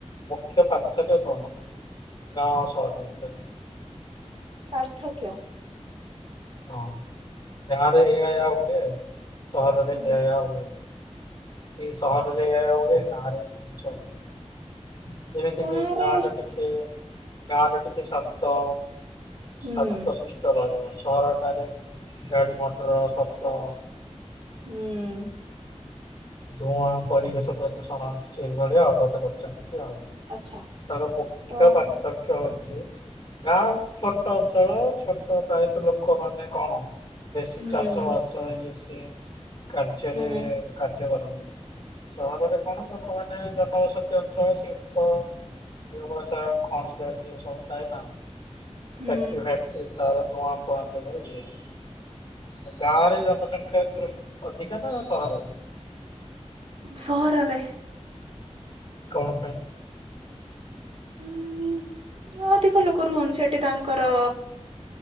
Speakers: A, on the left (about 40°); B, on the right (about 60°).
A: ମୁଖ୍ୟ ପାର୍ଥକ୍ୟ କଣ ଗାଁ ଆଉ ସହର ମଧ୍ୟରେ?
B: ପାର୍ଥକ୍ୟ?
A: ହଁ ଗାଁ ରେ ଏଇଆ ଏଇଆ ହୁଏ। ସହରରେ
B: ହୁଁ
A: ଏଆ ଏଆ ହୁଏନି। କି ସହରରେ ଏଇଆ ଏଇଆ ହୁଏ ଗାଁ ରେ ଏମିତି ସବୁ ହୁଏ। ଏମିତିକି
B: ଗାଁରେ
A: ଗାଁ ଟା ଟିିକେ ଗାଁ ଟା ଟିିକେ ଶାନ୍ତ
B: ହୁଁ
A: ଶାନ୍ତ ସିଷ୍ଟ ରହିବ। ସହରଟାରେ ଗାଡି ମଟର ଶବ୍ଦ
B: ହୁଁ।
A: ଧୂଆଁ ପରିବେଶ ପ୍ରଦୂଷଣ ସେଇଭଳିଆ ଆଉ ତତେ ପଚାରୁ ଛିଆଉ
B: ଆଚ୍ଛା
A: ତାର ମୁଖ୍ୟ
B: ତ
A: ପାର୍ଥକ୍ୟ ଅଛି ଗାଁ ଛୋଟ ଅଞ୍ଚଳ ଛୋଟ ପ୍ରାୟତଃ ଲୋକ ମାନେ କଣ ବେଶୀ
B: ହୁଁ
A: ଚାଷ ବାସ ଇଏ ସିଏ କାର୍ଯ୍ୟରେ
B: ହୁଁ
A: କା ଯ୍ୟା କରନ୍ତି ସହରରେ କଣ ଲୋକମାନେ ଜନବସତି ଅଞ୍ଚଳ ଶିଳ୍ପ ବ୍ୟବସ୍ସାୟ ଖଣି ଜାଇ ଏସବୁଥାଏ ନା।
B: ହୁଁ
A: ଫ୍ୟାକ୍ଟରି ଫ୍ୟାକ୍ଟରି ତାର ଧୁଆଁଫୁଆ ଯୋଉ <unintelligible> ଗାଁରେ ଜନସଂଖ୍ୟା ଦୃଷ୍ ଅଧିକା ନା ସହରରେ?
B: ସହରରେ।
A: କଣ ପାଇଁ?
B: ଉଁ-ଉଁ ଅଧିକ ଲୋକ ରୁହନ୍ତି ସେଠି ତାଙ୍କର।